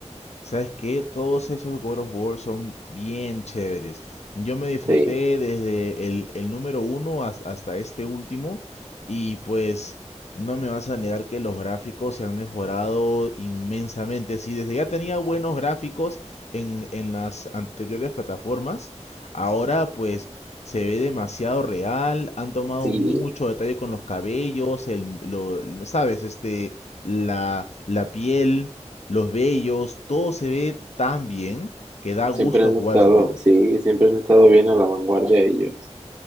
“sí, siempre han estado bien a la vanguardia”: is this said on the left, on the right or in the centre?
Right